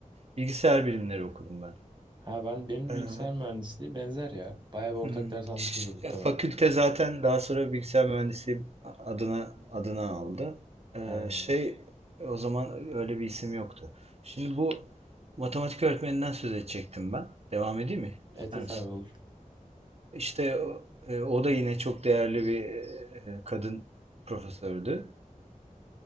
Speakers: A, on the right; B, on the right.
A: Bilgisayar bilimleri okudum ben.
B: Ha ben benim de
A: Ee,
B: bilgisayar mühendisliği benzer ya. Bayağı bir ortak
A: hmm,
B: ders almışızdır
A: ş-
B: muhtemelen.
A: fakülte zaten daha sonra bilgisayar mühendisliği adına adına aldı. Ee,
B: He.
A: şey o zaman öyle bir isim yoktu. Şimdi bu matematik öğretmeninden söz edecektim ben. Devam edeyim mi?
B: Evet
A: İster
B: evet
A: misin?
B: abi olur.
A: İşte o e, o da yine çok değerli bir e, kadın profesördü.